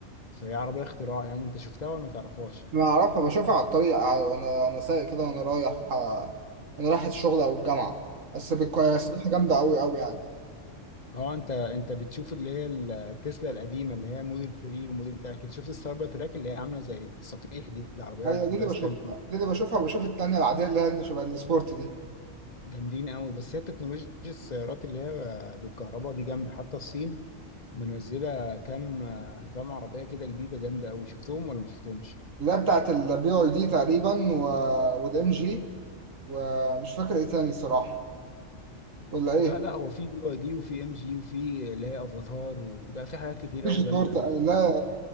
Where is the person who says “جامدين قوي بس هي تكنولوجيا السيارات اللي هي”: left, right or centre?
Left